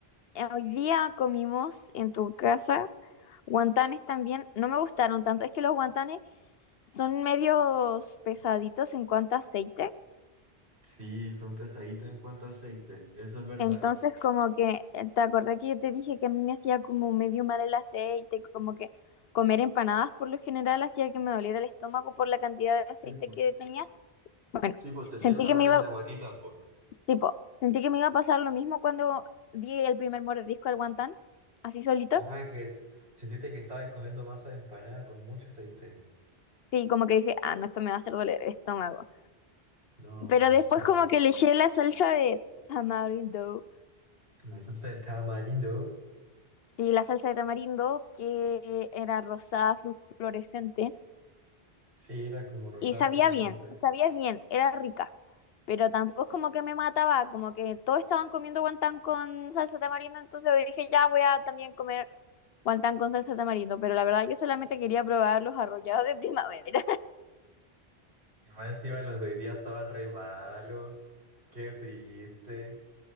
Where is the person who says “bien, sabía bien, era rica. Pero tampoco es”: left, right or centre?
Left